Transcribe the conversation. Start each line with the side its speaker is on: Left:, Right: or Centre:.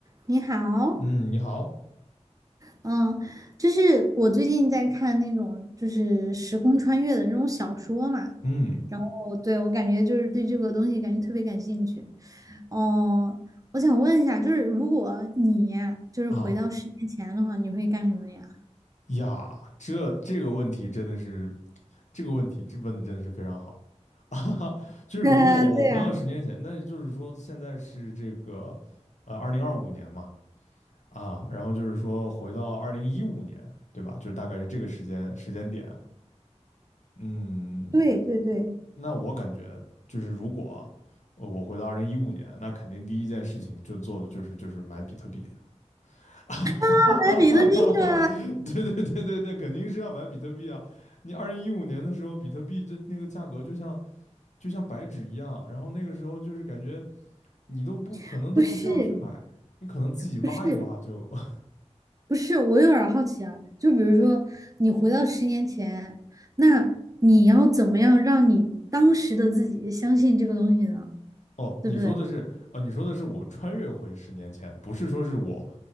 Right: 你好，
Left: 嗯，你好，
Right: 嗯，就是我最近在看那种就是时空穿越的那种小说嘛，
Left: 嗯
Right: 然后对我感觉就是对这个东西感觉特别感兴趣。哦，我想问一下，就是如果你就是回到十年前的话，
Left: 啊
Right: 你会干什么呀？
Left: 呀，这这个问题真的是，这个问题这问的真的是非常好 <laughs> 啊，就是如果我回到十年前，
Right: <laughs> 啊，对啊，
Left: 那就是说现在是这个呃二零二五年嘛啊，然后就是说回到二零一五年，对吧？就是大概是这个时间时间点，嗯，
Right: 对对对，
Left: 那我感觉就是如果呃我回到二零一五年，那肯定第一件事情就做的就是就是买比特币。<laughs> 哈哈哈！
Right: 当然比特币得
Left: 哈对对对对对，肯定是要买比特币啊！你二零一五年的时候，比特币这那个价格就像就像白纸一样，然后那个时候就是感觉你都不可能都不需要去买，
Right: <laughs> 不是，
Left: 你可能自己挖一挖就。
Right: 不是，
Left: <laughs>
Right: 不是，我有点儿好奇啊，就比如说你回到十年前，那你要怎么样让你当时的自己相信这个东西呢？
Left: 哦，你说的是哦，
Right: 对不对？
Left: 你说的是我穿越回十年前，不是说是我